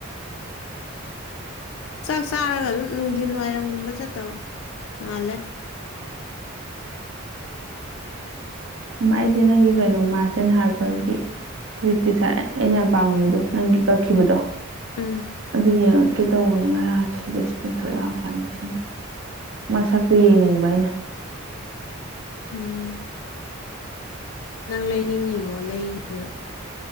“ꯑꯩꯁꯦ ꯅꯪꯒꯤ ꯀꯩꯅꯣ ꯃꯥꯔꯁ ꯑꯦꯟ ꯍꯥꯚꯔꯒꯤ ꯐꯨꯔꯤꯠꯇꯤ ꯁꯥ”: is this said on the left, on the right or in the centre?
Right